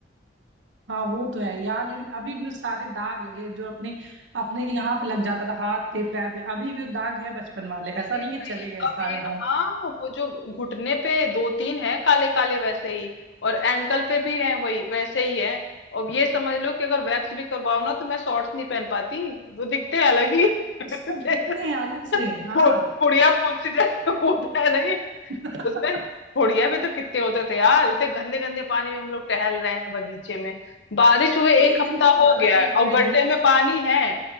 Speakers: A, on the right; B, on the left.
A: हाँ वो तो है यार लेकिन अभी भी वो सारे दाग लगे हैं, जो अपने अपने यहाँ पे लग जाता था हाथ पे पैर पे अभी भी वो दाग है बचपन वाले
B: अरे
A: ऐसा नहीं
B: भाई
A: कि चले गए
B: अब
A: सारे
B: ये
A: दाग
B: हाँ वो जो घुटने पे दो तीन है काले काले वैसे ही और एंकल पे भी है वही वैसे ही है अब ये समझ लो कि अगर वैक्स भी करवाओ ना तो मैं शॉर्ट्स नहीं पहन पाती वो दिखते हैं अलग ही <laughs> जैसे
A: वो सब दिखते हैं अलग से
B: पु-
A: हाँ
B: पुड़िया फुंसी जैसे होता है नहीं
A: <laughs>
B: उसमें बुढ़िया भी तो कितने होते थे यार इतने गंदे गंदे पानी में हम लोग टहल रहे हैं बगीचे में बारिश हुए एक
A: एक
B: हफ्ता
A: दिन पाला
B: हो गया
A: वाली
B: है और
A: कह
B: गड्ढे
A: रही है
B: में पानी है